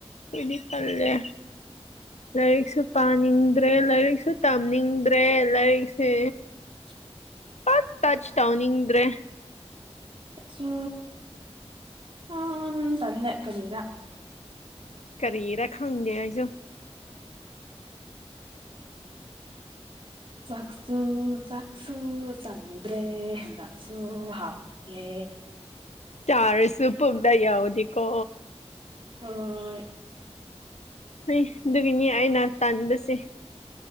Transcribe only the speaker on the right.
<inaudible>
ꯁꯣ ꯑ ꯇꯜꯂꯦ ꯀꯔꯤꯔ
ꯆꯥꯛꯁꯨꯨ ꯆꯥꯛꯁꯨ ꯆꯟꯗꯔꯦ ꯁꯨ ꯍꯥꯎ ꯌꯦ
ꯍꯣꯏ